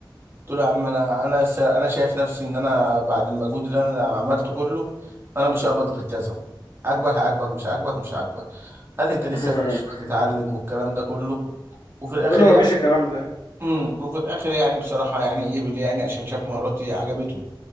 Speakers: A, on the right; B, on the left.
A: قلت له يا عم انا انا س- انا شايف نفسي ان انا بعد المجهود اللي انا عملته كله انا مش هقبض غير كذا عاجبك هعاجبك مش عاجبك مش عاجبك قال لي انت لسه
B: اه
A: في الشغل
B: <laughs>
A: تتعلم والكلام ده كله وفي الاخر
B: قول له
A: يعني
B: مفيش الكلام ده
A: امم وفي الاخر يعني بصراحه يعني قبل يعني عشان شاف مهاراتي عجبته